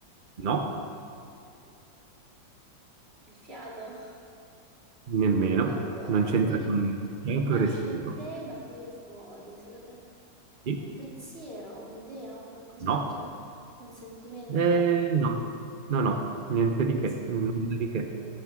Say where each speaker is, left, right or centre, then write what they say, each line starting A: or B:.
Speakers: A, on the right; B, on the right.
A: no,
B: il fiato. <laughs>
A: nemmeno.
B: Allora,
A: Non c'entra
B: mi viene
A: con
B: in mente,
A: il
B: nasce
A: tuo respiro.
B: in te ma vive fuori, se lo tra-
A: Sì,
B: un pensiero, un'idea, un qualcosa
A: no.
B: del genere, un sentimento?
A: Eh, no, no, no, niente
B: Mm, non
A: di che,
B: sen-
A: nulla di che.